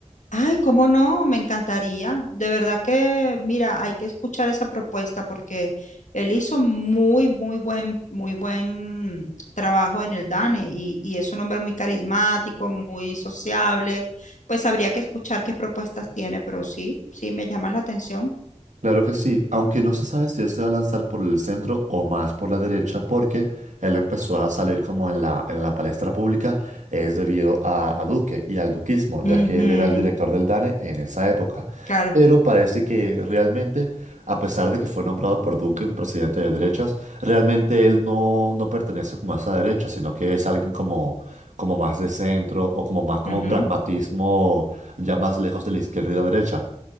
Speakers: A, on the left; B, on the right.
A: Ay, cómo no, me encantaría. De verdad que, mira, hay que escuchar esa propuesta porque él hizo muy, muy buen, muy buen trabajo en el DANE y, y es un hombre muy carismático, muy sociable. Pues habría que escuchar qué propuestas tiene, pero sí, sí, me llama la atención.
B: Claro que sí, aunque no se sabe si él se va a lanzar por el centro o más por la derecha, porque él empezó a salir como en la, en la palestra pública, es debido a, a Duque y al duquismo, ya
A: Ujú,
B: que él era el director del DANE en esa época.
A: claro.
B: Pero parece que realmente, a pesar de que fue nombrado por Duque un presidente de derechas, realmente él no, no pertenece como a esa derecha, sino que es alguien como, como más de centro o como más como
A: ujú,
B: pragmatismo, ya más lejos de la izquierda y la derecha.